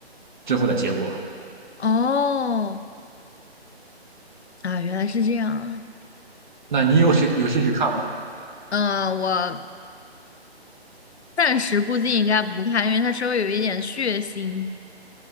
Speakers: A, on the right; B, on the left.
A: 最后的结果。
B: 哦啊，原来是这样啊。
A: 那你有兴有兴趣看吗？
B: 嗯、我暂时估计应该不看，因为它稍微有一点血腥。